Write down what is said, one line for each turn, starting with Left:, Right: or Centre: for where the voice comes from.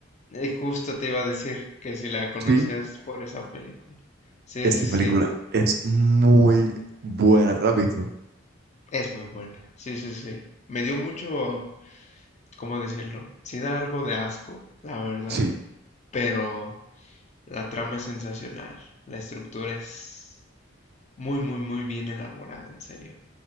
Left: Eh, justo te iba a decir que si la conocías
Right: Sí,
Left: por esa película. Sí,
Right: esta
Left: sí,
Right: película
Left: sí.
Right: es muy buena, ¿te la has visto?
Left: Es muy buena. Sí, sí, sí. Me dio mucho, ¿cómo decirlo? Sí da algo de asco, la verdad.
Right: Sí,
Left: Pero la trama es sensacional. La estructura es muy, muy, muy bien elaborada, en serio.